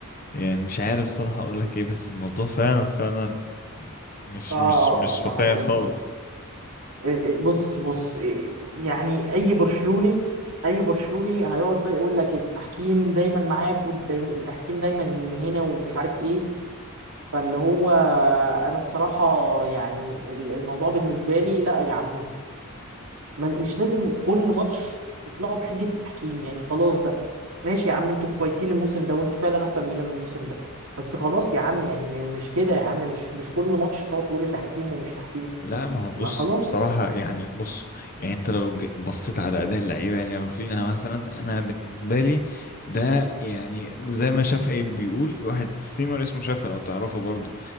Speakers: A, on the left; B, on the right.
A: يعني مش عارف صراحة أقولك إيه بس الموضوع فعلا فعلا مش
B: اه آه،
A: مش مش
B: آه، ما
A: واقعي
B: هو
A: خالص
B: ال- ال- بص بص إيه، يعني اي برشلوني اي برشلوني هيقعد بقى يقول لك التحكيم دايما معاك والتحكيم دايما هنا ومش عارف ايه فاللي هو انا الصراحه يعني ال- الموضوع بالنسبه لي لا يا عم ما- مش لازم كل ماتش تطلعوا بحجه التحكيم يعني خلاص بقى ماشي يا عم انتوا كويسين الموسم ده وانتوا فعلا احسن مننا الموسم ده بس خلاص يا عم يعني م- مش كده يا عم مش مش كل ماتش تقعد تقول لي تحكيم ومش تحكيم
A: لا ما هو بص
B: ما خلاص
A: بصراحة يعني بص يعني انت لو ج- بصيت على أداء اللعيبة يعني رافينها مثلا أنا بالنسبة لي ده يعني زي ما شافعي بيقول واحد ستيمر اسمه شافعي لو تعرفه برضه